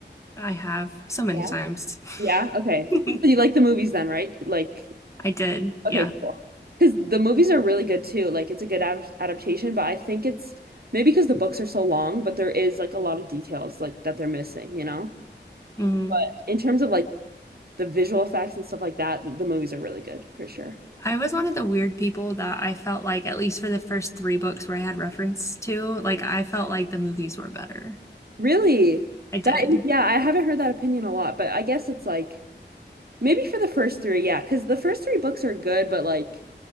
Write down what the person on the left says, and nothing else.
I have so many
times.
<laughs>
I
did, yeah.
hmm
I was one of the weird people that I felt like, at least for the first three books where I had reference to, like I felt like the movies were better.
I did.